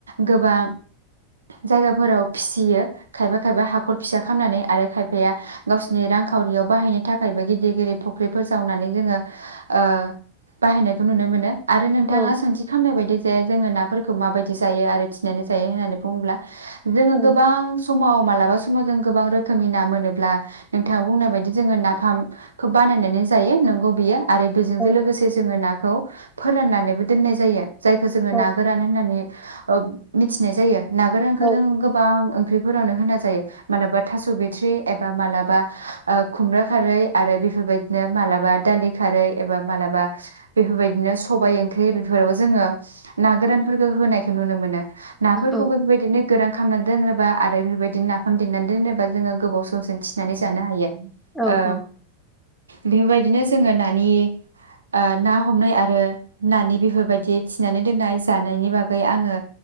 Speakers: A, on the right (about 75°); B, in the centre.
A: गोबां जायगाफोराव फिसियो। खायफा खायबा हाखर फिसा खालामनानै आरो खायफाया गाव नि रांखावरियाव बाहायनो थाखायबो गिदिर गिदिर फुख्रिफोर जावनानै जोङो ओ बाहायनायखौ नुनो मोनो। आरो नोंथाङा
B: औ
A: सोंथि खालामनाय बायदि जे जोङो नाफोरखौ माबायदि जायो आरो थिनानै जायो होननानै बुङोब्ला। जोङो
B: औ
A: गोबां समाव मालाबा समाव जों गोबां रोखोमनि ना मोनोब्ला नोंथाङा बुंनाय बायदि जोङो नाफामखौ बानायनानै जायो नंगौ बियो। आरो बेजों जो
B: औ
A: लोगोसे जोङो ना खौ फोराननानैबो दोननाय जायो। जायखौ जोङो
B: ओ
A: ना गोरान होननानै ओब मिथिनाय जायो। नागोरांखो
B: औ
A: जों गोबां ओंख्रि फोरानो होना जायो। मालाबा थास' बिथ्रि एबा मालाबा खुमब्रा खारै आरो बेफोरबायदिनो मालाबा दालि खारै एबा मालाबा बेफोरबायदिनो सबायाइ ओंख्रि बेफोराव जोङो ना गोरानफोरखौ होनायखौ नुनो मोन नो ना फोरखौबो
B: औ
A: बे बायदिनो गो खामनानै दोनोबा आरो बेफोरबायदि नाफाम देनानै दोनोबा जोङो गोबाव समसिजों थिनानै जानानै जानो हायो।
B: औ
A: ओ
B: औ
A: बेफोरबायदिनो जोङो नानि ओ ना हमनाय आरो नानि बेफोरबायदि थिनानै दोननाय जानायनि बागै आङो